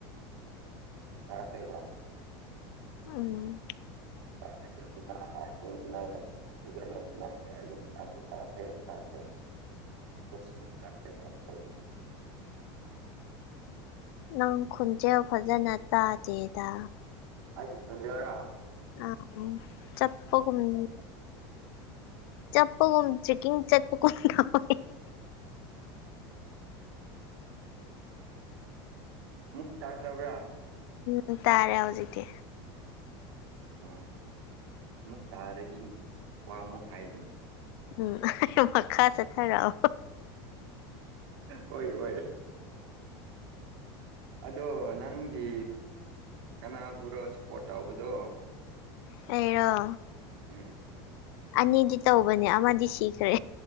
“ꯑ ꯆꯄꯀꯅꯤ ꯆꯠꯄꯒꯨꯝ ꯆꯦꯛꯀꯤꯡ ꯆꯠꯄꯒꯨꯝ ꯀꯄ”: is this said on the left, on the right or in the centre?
Left